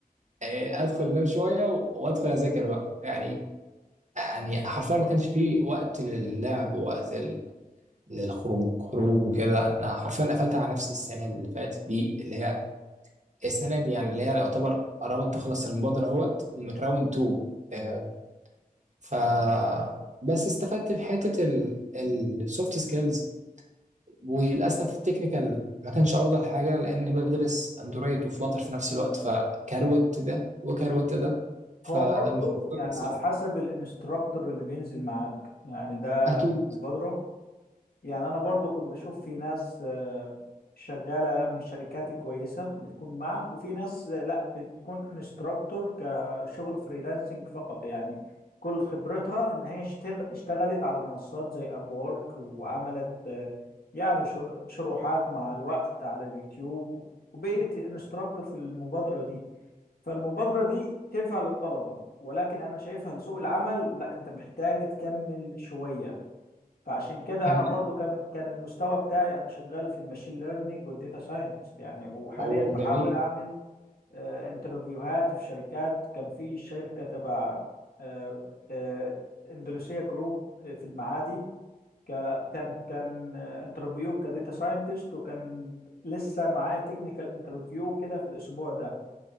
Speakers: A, on the right (about 50°); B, on the left (about 85°).
A: آه، ادخل انام شويه و- وادخل اذاكر بقى يعني يعني حرفيا ما كانش فيه وقت للعب وقت للخروج خروج وكده انا حرفيا قفلت على نفسي السنه اللي فاتت دي اللي هي السنه دي يعني اللي هي يعتبر قربت تخلص المبادره اهوت من راوند 2 آه، ف بس استفدت في حته السوفت سكيلز وللاسف التكنيكال ما كانش افضل حاجه لان بدرس اندرويد وفلاتر في نفس الوقت فكروت ده وكروت ده فالمحصله
B: هو برضو يعني
A: صفر
B: على حسب الانستراكتور اللي بينزل معاك يعني ده
A: اكيد
B: مبادرة يعني أنا برضو كنت بشوف في ناس آه، شغالة من شركات كويسة بتكون معك وفي ناس آه، لا بتكون انستراكتور كشغل فريلانسنج فقط يعني كل خبرتها إن هي اشتغ- اشتغلت على منصات زي أبورك وعملت آه، يعني شر- شروحات مع الوقت على اليوتيوب وبقيت انستراكتور في المبادرة دي فالمبادرة دي تنفع للطلبة ولكن أنا شايفها لسوق العمل لا أنت محتاج تكمل شوية فعشان كده
A: تمام
B: أنا برضو كان كان المستوى بتاعي أنا شغال في الماشين ليرنينج والديتا ساينتست يعني وحاليا
A: هو
B: بحاول
A: جميل
B: أعمل آه، انترفيوهات في شركات كان في شركة تبع آه، آه، اندونيسيا جروب في المعادي ك- كان كان آه، انترفيو كديتا ساينتست وكان لسه معايا تكنيكال انترفيو كده في الأسبوع ده